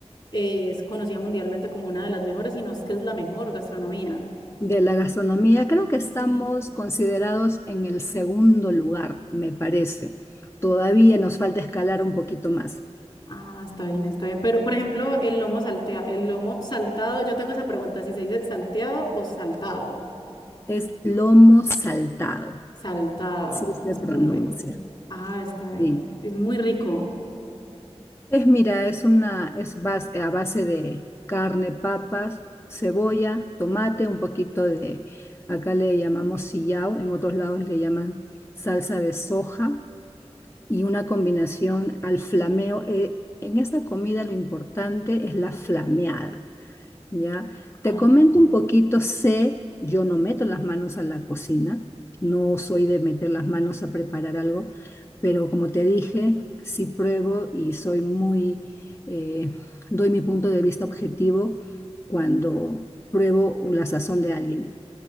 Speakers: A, on the left; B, on the left.
A: es conocida mundialmente como una de las mejores, y no es que es la mejor gastronomía.
B: De la gastronomía, creo que estamos
A: Sí.
B: considerados en el segundo lugar, me parece. Todavía nos falta escalar un poquito más.
A: Ah, está bien, está bien. Pero, por ejemplo, el lomo saltea, el lomo saltado, yo tengo esa pregunta, si se dice salteado o saltado.
B: Es lomo saltado,
A: Saltado,
B: sí se
A: es
B: pronuncia.
A: muy rico. Ah, está bien.
B: Sí.
A: Es muy rico.
B: Es, mira, es una, es bas- a base de carne, papas, cebolla, tomate, un poquito de, acá le llamamos sillao, en otros lados le llaman salsa de soja y una combinación al flameo. Eh, en esta comida lo importante es la flameada. Ya, te
A: Ajá.
B: comento un poquito, sé, yo no meto las manos a la cocina, no soy de meter las manos a preparar algo, pero como te dije, sí pruebo y soy muy, eh, doy mi punto de vista objetivo cuando pruebo la sazón de alguien.